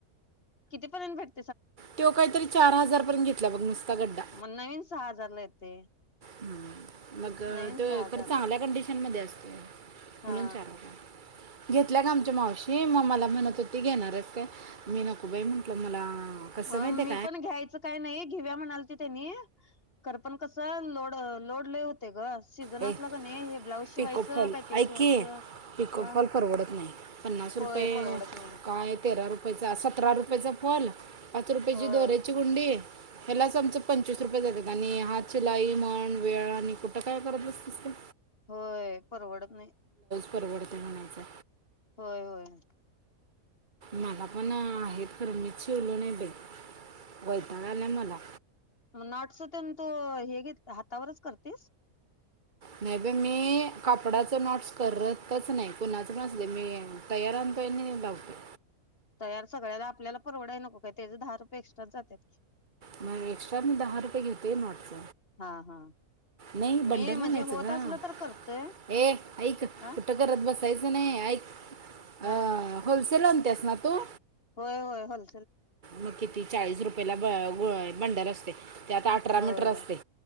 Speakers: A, on the left; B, on the right.
A: किती पर्यंत भेट
B: त्यो काही तरी चार हजार पर्यंत घेतला बघ नुसता गड्डा
A: मग नवीन सहा हजारला येते
B: हम्म मग
A: नवीन
B: तो
A: सहा हजारला
B: चांगल्या कंडीशन मध्ये असतो म्हणून
A: हा
B: चार हजार ला.. घेतल्या ग आमच्या मावशी म मला म्हणत होती घेणारयस काय? मी नको बाई म्हटलं मला कसं
A: आम्
B: माहिती आहे
A: मी पण घ्यायचं काही नाही घेऊया म्हणालत त्यांनी खरं पण कस लोड.... लोड लय होतोय ग... सीझन
B: ये
A: असला का नाही हे ब्लाऊज शिवायचं
B: पीकोफॉल
A: काय ते
B: ऐक
A: शिवायचं
B: की पिको
A: हा
B: फॉल परवडत नाही पन्नास रुपये
A: होय परवडत नाही
B: काय तेरा रुपये चा असा... अठरा रुपयचा फॉल पाच रुपयाची
A: होय
B: दोऱ्याची गुंडी. ह्यालाच आमच पंचवीस रूपये जात्यात आणि हातशिलाई म्हण वेळ आणि कुठं काय करत बस्तितीस ग?
A: होय परवडत नाही
B: परवडतय म्हणायचं.
A: होय होय.
B: मला पण आहेत खर मी शिवलोय नाही बाई वैताग आलाय मला.
A: मग नॉटस होते ना तू हे घेत हातावरच करतीस.
B: नाही बाई मी कापडाच नॉटस करतच नाही कुणाच पण असुदे मी तयार आणतोय अन् लावतोय...
A: तयार सगळ्याला आपल्याला परवडाय नको काय त्याचे दहा रुपये एक्स्ट्रा जात्यात की...
B: म एक्स्ट्रा मी दहा रुपये घेतोय नॉटच.
A: हा हा.
B: नाही
A: मी
B: बंडल
A: म्हणजे
B: आणायचं
A: होत
B: ग
A: असलं तर करतोय
B: ए ऐक
A: हा
B: कुठ करत बसायचं नाही ऐक अ
A: हा
B: हो सेल आणतीयास ना तू?
A: होय होय हल
B: मग किती चाळीस रुपयेला ग बंडल असतोय. त्यात अठरा मीटर
A: होय.
B: असतयं.